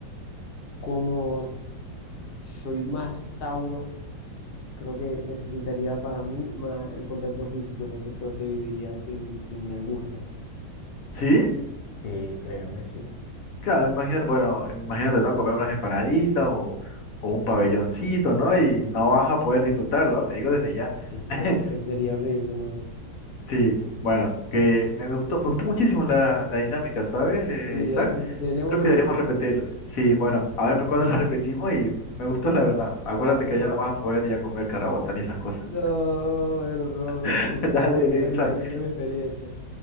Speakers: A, on the left; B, on the left.
A: como soy más Tauro, creo que necesitaría para mí más el contacto físico, entonces creo que viviría sin, sin el gusto.
B: ¿Sí?
A: Sí, creo que sí.
B: Claro, imagínate, bueno, imagínate, ¿no? Comer unas empanaditas o, o un pabelloncito, ¿no? Y no vas a poder disfrutarlo, te digo desde ya.
A: Ese sería,
B: <laughs>
A: ese sería horrible, man.
B: Sí, bueno, que me me gustó, me gustó muchísimo la, la dinámica, ¿sabes, eh,
A: Sí,
B: Isaac?
A: de- deberíamos
B: Yo creo
A: repetirlo.
B: que deberíamos repetirlo. Sí, bueno, a ver pues cuando la <laughs> repetimos y me gustó la verdad. Acuérdate
A: Dale.
B: que ya no vas a poder ya comer carabota ni
A: No,
B: esas cosas.
A: bueno, bro, nos,
B: <laughs>
A: nos ponemos
B: Dale,
A: de acuerdo
B: Isaac.
A: y te cuento mi experiencia.